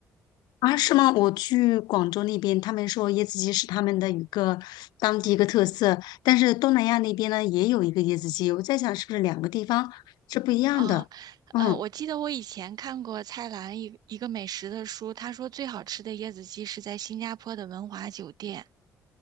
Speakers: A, on the left (about 80°); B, on the right (about 70°).
A: 啊，是吗？我去广州那边，他们说椰子鸡是他们的一个当地一个特色，但是东南亚那边呢也有一个椰子鸡，我在想是不是两个地方是不一样的？
B: 哦，
A: 嗯，
B: 呃，我记得我以前看过蔡澜一一个美食的书，他说最好吃的椰子鸡是在新加坡的文华酒店。